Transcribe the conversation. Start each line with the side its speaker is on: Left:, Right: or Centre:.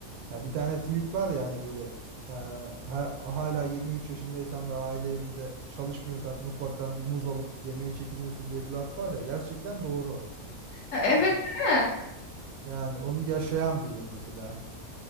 Right: Ya bir tane tweet var ya hani böyle e, ha- hala 23 yaşındaysan ve aile evinde çalışmıyorsan mutfaktan bir muz alıp yemeye çekiniyorsun diye bir laf var ya gerçekten doğru.
Left: Ya, evet,
Right: Yani,
Left: değil mi?
Right: yani onu yaşayan bilir mesela.